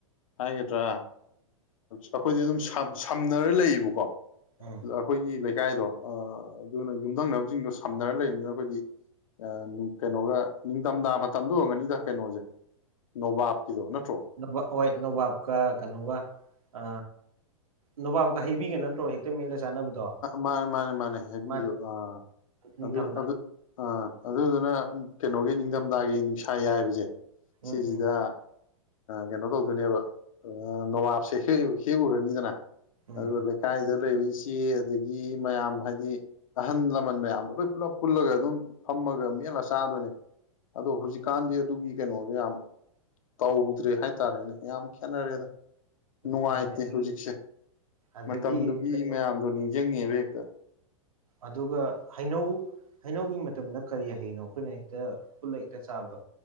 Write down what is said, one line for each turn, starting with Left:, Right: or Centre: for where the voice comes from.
Left: ꯍꯥꯏꯒꯗ꯭ꯔꯥ ꯑꯩꯈꯣꯏꯗꯤ ꯑꯗꯨꯝ ꯁꯝ ꯁꯝꯅꯔ ꯂꯩꯌꯦꯕꯀꯣ
Right: ꯎꯝ
Left: ꯑꯈꯣꯏꯒꯤ ꯂꯩ ꯂꯩꯀꯥꯏꯗꯣ ꯑꯗꯨꯅ ꯌꯨꯝꯊꯪꯅꯕꯁꯤꯡꯗꯣ ꯁꯝꯅꯔ ꯂꯩꯕꯅꯤꯅ ꯑꯩꯈꯣꯏꯗꯤ ꯑꯥ ꯀꯩꯅꯣꯒ ꯅꯤꯡꯊꯝꯊꯥꯕ ꯇꯝꯗ ꯑꯣꯏꯔꯒꯅꯤꯗ ꯀꯩꯅꯣꯁꯦ ꯅꯣꯕꯥꯞꯀꯤꯗꯣ ꯅꯠꯇ꯭ꯔꯣ
Right: ꯅ ꯍꯣꯏ ꯅꯕꯥꯞ ꯀ ꯀꯅꯣꯒ ꯑ ꯅꯣꯕꯥꯕ ꯀ ꯍꯩꯕꯤꯒꯦ ꯅꯠꯇ꯭ꯔꯣ ꯍꯛꯇ ꯃꯦꯠꯂ ꯆꯥꯅꯕꯗꯣ
Left: ꯃꯥꯅꯦ ꯃꯥꯅꯦ ꯃꯥꯅꯦ ꯍꯥꯏꯕꯤꯌꯨ
Right: ꯃꯥ
Left: ꯑꯥ
Right: ꯅꯤꯡꯊꯝꯊ
Left: ꯑꯗꯨ ꯑꯗꯨ ꯑꯥ ꯑꯗꯨꯗꯨꯅ ꯀꯩꯅꯣꯒꯤ ꯅꯤꯡꯊꯝꯊꯥꯒꯤ ꯅꯨꯡꯁꯥ ꯌꯥꯏꯕꯁꯦ ꯁꯤꯁꯤꯗ
Right: ꯎꯝ ꯎꯝ
Left: ꯀꯩꯅꯣ ꯇꯧꯗꯣꯏꯅꯦꯕ ꯅꯋꯥꯞꯁꯦ ꯍꯦꯛ ꯍꯦꯛ ꯎꯔꯅꯤꯗꯅ
Right: ꯎꯝ
Left: ꯑꯗꯨ ꯂꯩꯀꯥꯏꯗ ꯄ‌ꯦꯔꯤꯁ ꯆꯦ ꯑꯗꯒꯤ ꯃꯌꯥꯝ ꯍꯥꯏꯗꯤ ꯑꯍꯜ ꯂꯃꯟ ꯃꯌꯥꯝꯗꯣ ꯑꯦ ꯑꯗꯒꯤ ꯃꯌꯥꯝ ꯍꯥꯏꯗꯤ ꯂꯣꯏ ꯄꯨꯜꯂꯞ ꯄꯨꯜꯂꯒ ꯑꯗꯨꯝ ꯐꯝꯃꯒ ꯃꯦꯠꯂ ꯆꯥꯗꯣꯏꯅꯦ ꯑꯗꯣ ꯍꯧꯖꯤꯛꯀꯥꯟꯗꯤ ꯑꯗꯨꯒꯤ ꯀꯩꯅꯣꯗꯣ ꯌꯥꯝ ꯇꯧꯗ꯭ꯔꯦ ꯍꯥꯏꯇꯥꯔꯦꯅꯦ ꯌꯥꯝ ꯈꯦꯠꯅꯔꯦꯗ ꯅꯨꯡꯉꯥꯏꯇꯦ
Right: ꯀꯩꯅꯣ ꯑꯗꯒꯤ
Left: ꯍꯧꯖꯤꯛꯁꯦ
Right: ꯑꯗꯒꯤ
Left: ꯃꯇꯝꯗꯨꯒꯤ
Right: ꯀꯩꯅꯣ
Left: ꯃꯌꯥꯝ ꯌꯦꯡꯉꯤꯦꯕ꯭ꯔꯛꯇ
Right: ꯑꯗꯨꯒ ꯍꯩꯅꯧ ꯍꯩꯅꯧꯒꯤ ꯃꯇꯝꯗ ꯀꯔꯤ ꯍꯩꯅꯣ ꯑꯩꯈꯣꯏꯅ ꯍꯦꯛꯇ ꯄꯨꯜꯂ ꯍꯦꯛꯇ ꯆꯥꯕꯗꯣ